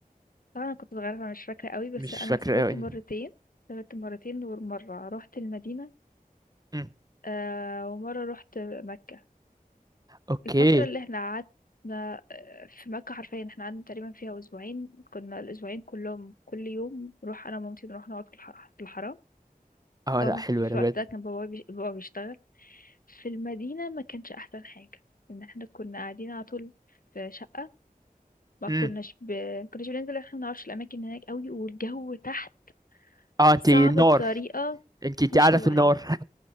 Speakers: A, on the left (about 70°); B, on the right (about 25°).
A: طبعًا أنا كنت صغيرة فمش فاكرة أوي، بس
B: مش
A: أنا
B: فاكره
A: سافرت
B: قوي
A: مرتين، سافرت مرتين ومرّة رُحت المدينة
B: امم
A: آآ ومرّة رُحت مكة.
B: اوكي
A: الفترة اللي إحنا قعدنا آآ في مكة حرفيًا إحنا قعدنا تقريبًا فيها أسبوعين، كنا الأسبوعين كلّهم كل يوم نروح أنا ومامتي نروح نقعد في الح في الحرم.
B: اه
A: طبعًا
B: لا حلوة
A: في
B: انا
A: الوقت
B: بجد
A: ده كان بابايا بي بابا بيشتغل، في المدينة ما كانش أحسن حاجة، لإن إحنا كنا قاعدين على طول في شقة، ما
B: امم
A: كناش ب ما كناش بننزل إحنا ما نعرفش الأماكن هناك أوي، والجو تحت
B: اه انت
A: صعب
B: النار
A: بطريقة
B: انت انت
A: مش
B: قاعدة
A: طبيعية،
B: في النار